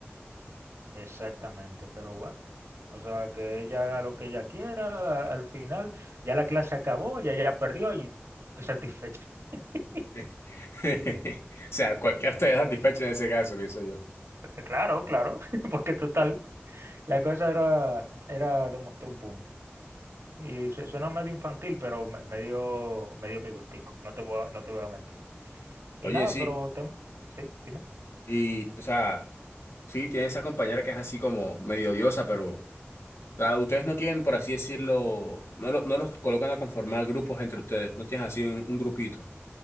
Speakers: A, on the right; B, on the left.
A: exactamente, pero bueno. O sea, que ella haga lo que ella quiera, al final ya la clase acabó, ya ya perdió y estoy satisfecho. <laughs>
B: <laughs> O sea, cualquiera estaría satisfecho en ese caso, pienso yo.
A: Claro, claro, <laughs> porque total. La cosa era, era demostrar un punto. Y su- suena medio infantil, pero me, me dio, me dio mi gustico. No te voy a, no te voy a mentir. Y
B: Oye,
A: nada,
B: sí,
A: pero tema. Sí, dime.
B: y, o sea, sí, tiene esa compañera que es así como medio odiosa, pero Ah, ustedes no tienen, por así decirlo, no, lo- no los colocan a conformar grupos entre ustedes, no tienes así un, un grupito,